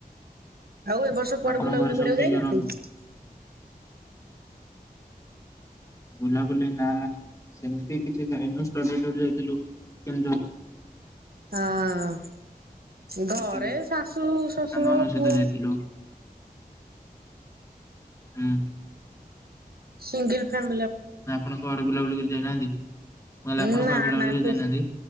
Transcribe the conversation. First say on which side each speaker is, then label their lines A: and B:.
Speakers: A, on the right; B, on the left.
A: ଆଉ ଏ ବର୍ଷ କୁଆଡେ
B: ଆପଣଙ୍କ
A: ବୁଲାବୁଲି
B: ଘରେ
A: କରିବାକୁ
B: ସବୁ କିଏ
A: ଯାଇନା
B: କିଏ ରହନ୍ତି?
A: କି?
B: ବୁଲାବୁଲି ନା ନା ସେମତି କିଛି ଯାଇନୁ ଷ୍ଟଡିଟୁର୍ ଯାଇଥିଲୁ କେଉଁଝର।
A: ହଁ। ଘରେ
B: ସେତିକି।
A: ଶାଶୁ, ଶଶୁର,
B: ସାଙ୍ଗମାନଙ୍କ ସହିତ
A: ପୁଅ।
B: ଯାଇଥିଲୁ ଉଁ।
A: ସିଙ୍ଗିଲ୍ ଫ୍ୟାମି
B: ନା ଆପଣ କୁଆଡେ ବୁଲାବୁଲି କରି ଯାଇନାହାନ୍ତି? ମୁଁ କହିଲି
A: ଉ
B: ଆପଣ
A: ନା
B: କୁଆଡେ ବୁଲାବୁଲି
A: ନା
B: କରି
A: ବିସ୍
B: ଯାଇନାହାନ୍ତି